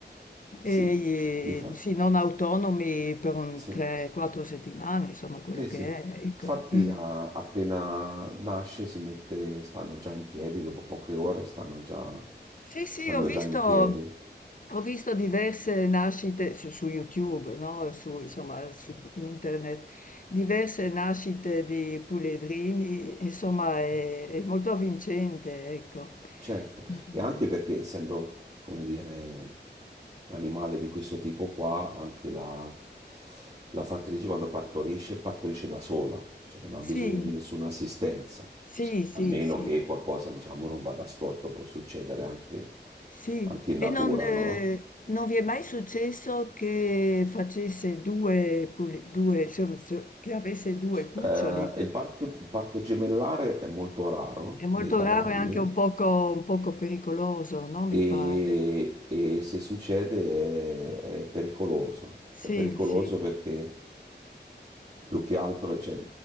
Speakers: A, on the right; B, on the left.
A: sì,
B: e
A: di fa-
B: eh, sì, non autonomi per un
A: sì.
B: 3, 4 settimane, insomma quello
A: Sì,
B: che
A: sì.
B: è, ecco.
A: Infatti
B: Mh.
A: a- appena nasce si mette, stanno già in piedi, dopo poche ore stanno già,
B: Sì, sì,
A: stanno
B: ho visto,
A: già in piedi.
B: ho visto diverse nascite su, su YouTube, no? Su, insomma, su internet, diverse nascite di puledrini, insomma, è, è molto avvincente, ecco.
A: Certo,
B: Mm.
A: e anche perché essendo, come dire, un animale di questo tipo qua, anche la, la fattrice quando partorisce, partorisce da sola, cioè non ha
B: Sì,
A: bisogno di nessuna assistenza,
B: sì, sì,
A: a meno
B: sì.
A: che qualcosa, diciamo, non vada storto, può succedere anche,
B: Sì,
A: anche in
B: e
A: natura,
B: non,
A: no?
B: ehm, non vi è mai successo che facesse 2 puli 2 insomma so che avesse 2 cuccioli?
A: Eh,
B: Perché
A: il, parto, il parto gemellare è molto raro
B: è molto
A: nei cavalli
B: raro e anche un poco un poco pericoloso, no, mi
A: e,
B: pare.
A: e se succede è, è pericoloso.
B: Sì,
A: È pericoloso
B: sì,
A: perché più che altro, cioè,